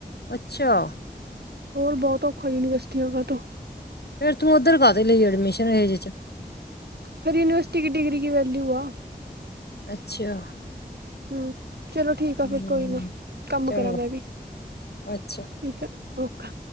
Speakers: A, on the left (about 80°); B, on the right (about 80°).
A: ਅੱਛਾ!
B: ਹੋਰ ਬੋਤ ਔਖਾ ਯੂਨੀਵਰਸਿਟੀਆਂ ਦਾ ਤੋ।
A: ਫੇਰ ਤੂੰ ਓਧਰ ਕਾਹਦੇ ਲਈ ਐਡਮਿਸ਼ਨ ਲਈ ਜਿਚ।
B: ਫਿਰ ਯੂਨੀਵਰਸਿਟੀ ਕੀ ਡਿਗਰੀ ਕੀ ਵੈਲਿਓ ਆ।
A: ਅੱਛਾ।
B: ਹਂ। ਚਲੋ ਠੀਕ
A: ਹਮ
B: ਆ ਫਿਰ ਕੋਈ ਨੀਂ ਕੰਮ
A: ਚੰਗਾ
B: ਕਰਾਂ ਮੈਂ ਵੀ।
A: ਅੱਛਾ
B: ਠੀਕ ਆ ਓਕਾ।